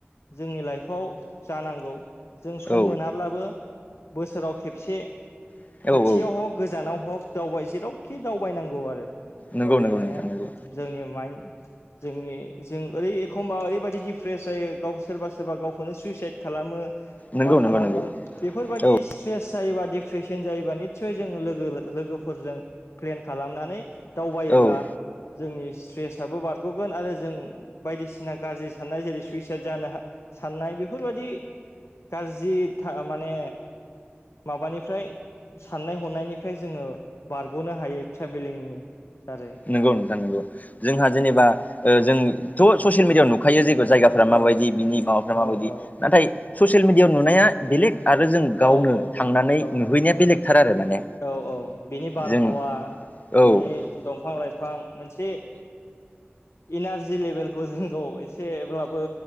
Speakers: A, on the left; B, on the left.
A: जोंनि लाइफआव जानांगौ जों सम
B: औ
A: मोनाब्लाबो बोसोराव खेबसे
B: औ
A: खाथियाव
B: औ
A: हक गोजानाव हक दावबाय जेरावखि दावबायनांगौ आरो
B: नंगौ
A: दावबायनाया
B: नंगौ नोंथां नंगौ
A: जोंनि माइन जोंनि जों ओरै एखमबा ओरैबायाददि दिडप्रेस जायो गाव सोरबा सोरबा गावखौनो सुइसाइद खालामो।
B: नंगौ
A: मा खालामो
B: नंगौ नंगौ
A: बेफोरबाय दि
B: औ
A: स्ट्रेस जायोबा डप्रेसन जायोबा निसय जोङो लोगो लोगोफोरजों प्लेन खालामनानै दावबायोब्ला
B: औ
A: जोंनि स्ट्रेस बारग'गोन आरो जों बायदिसिना गाज्रि साननाय जेरै सुइसाइद जानो साननाय बेफोरबायदि गाज्रि माने माबानिफ्राय साननाय हनायनिफ्राय जोङो बारग'नो हायो। ट्रेभेलिंनि दारै
B: नंगौ नोंथां नोंगौ जोंहा जेनेबा ओ जोंथ' ससियेल मिडियाआव नुखायो जेुन जायगाफ्रा
A: औ
B: माबायदि बिनि माबाफ्रा माबायदि
A: औ औ
B: नाथाय ससियेल मेडियाआव नुनाया बेलेग आरो जों गावनो
A: औ औ
B: थांनानै
A: गावनो
B: नुहैनाया बेलेगथार आरो माने
A: औ औ बिनि बारहावा
B: जों औ
A: बिनि
B: औ
A: दंफां लाइफां मोनसे इनारजि लेभेलखौ जोंखौ एसेब्लाबो